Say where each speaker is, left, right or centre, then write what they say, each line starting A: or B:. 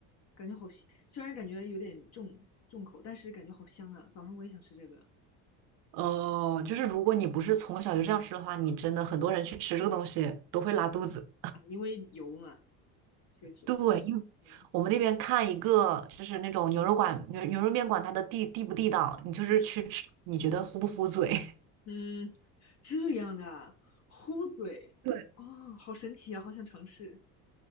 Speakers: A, on the left; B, on the right.
A: 感觉好香，虽然感觉有点重重口，但是感觉好香啊！早上我也想吃这个
B: 哦，就是如果你不是从小就这样吃的话，你真的很多人去吃这个东西都会拉肚子。
A: 啊，因为油嘛，确实，
B: 对，因为我们那边看一个就是那种牛肉馆、
A: 嗯
B: 牛牛肉面馆，它的地地不地道，你就是去吃，
A: 嗯
B: 你觉得糊不糊嘴？<laughs>
A: 嗯，这样的啊，糊嘴，
B: 对，
A: 哦，好神奇啊，好想尝试。